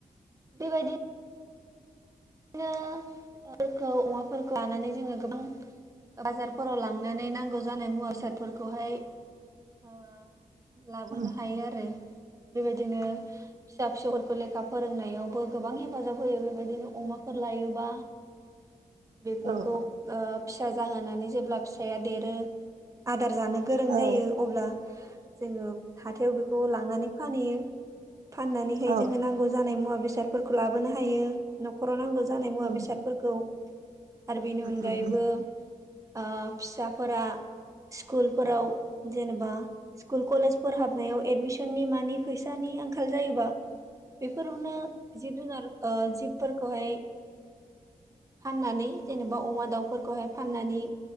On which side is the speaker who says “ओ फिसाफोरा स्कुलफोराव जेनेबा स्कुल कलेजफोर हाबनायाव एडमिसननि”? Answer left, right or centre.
Right